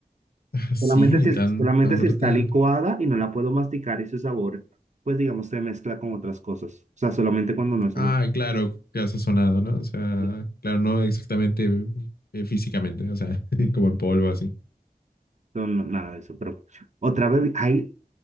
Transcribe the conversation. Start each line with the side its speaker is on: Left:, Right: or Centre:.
Left: Ah, sí,
Right: Solamente si,
Left: tan,
Right: es- solamente
Left: tan
Right: si
Left: brutal.
Right: está licuada y no la puedo masticar ese sabor, pues digamos, se mezcla con otras cosas. O sea, solamente cuando no es
Left: Ah,
Right: solo...
Left: claro, que ha sazonado, ¿no? O sea,
Right: eh,
Left: claro, no exactamente eh, físicamente, o sea, <laughs> como en polvo, así.
Right: No, no, nada de eso, pero otra bebida, hay,